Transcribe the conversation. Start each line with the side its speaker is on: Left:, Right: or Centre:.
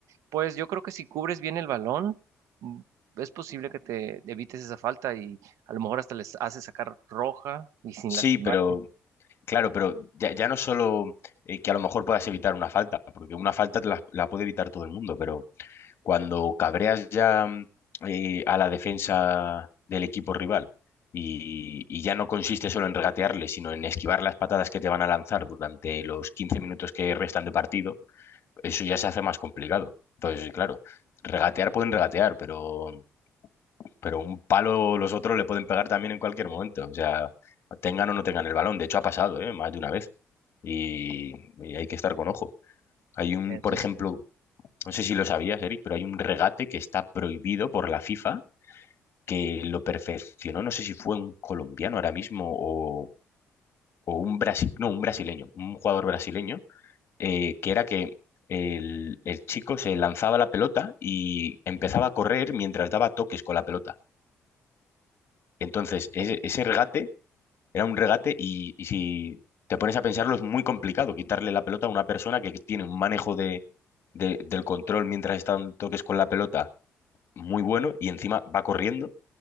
Right: Pues yo creo que si cubres bien el balón, mm, es posible que te evites esa falta y a lo mejor hasta les haces sacar roja y sin
Left: Sí,
Right: lastimarte.
Left: pero Claro, pero ya, ya no solo eh, que a lo mejor puedas evitar una falta, porque una falta te la, la puede evitar todo el mundo, pero cuando cabreas ya mm, eh, a la defensa del equipo rival y, y ya no consiste solo en regatearle, sino en esquivar las patadas que te van a lanzar durante los 15 minutos que restan de partido, eso ya se hace más complicado. Entonces, claro, regatear pueden regatear, pero, pero un palo los otros le pueden pegar también en cualquier momento, o sea, tengan o no tengan el balón. De hecho, ha pasado, ¿eh? más de una vez y, y hay que estar con ojo. Hay un,
Right: Eso
Left: por ejemplo,
Right: es, este,
Left: no sé si lo sabías, Eric, pero hay un regate que está prohibido por la FIFA, que lo perfeccionó, no sé si fue un colombiano ahora mismo o, o un, brasi- no, un brasileño, un jugador brasileño, eh, que era que el, el chico se lanzaba la pelota y empezaba a correr mientras daba toques con la pelota. Entonces, ese,
Right: ok,
Left: ese regate Era un regate y, y si te pones a pensarlo es muy complicado quitarle la pelota a una persona que tiene un manejo de, de- del control mientras está en toques con la pelota muy bueno y encima va corriendo.